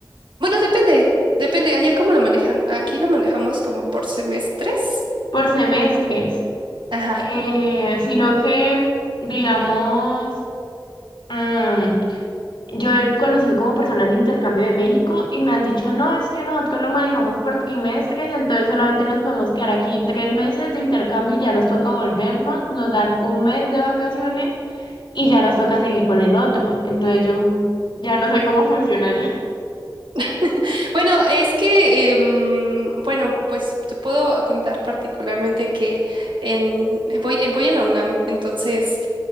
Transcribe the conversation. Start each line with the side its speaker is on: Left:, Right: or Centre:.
Right: bueno, depende, depende, allá cómo lo manejan. Aquí lo manejamos como por semestres.
Left: por semestres,
Right: Ajá.
Left: Eh, sino que, digamos, mm, Yo he conocido como personas de intercambio de México y me han dicho, no, es que nosotros lo manejamos por trimestres, entonces solamente nos podemos quedar aquí tres meses de intercambio y ya nos toca volvernos, nos dan un mes de vacaciones y ya nos toca seguir con el otro. Entonces yo ya no sé cómo funciona ya.
Right: <laughs> Bueno, es que, em, bueno, pues te puedo contar particularmente que en- voy, eh, voy en la UNAM, entonces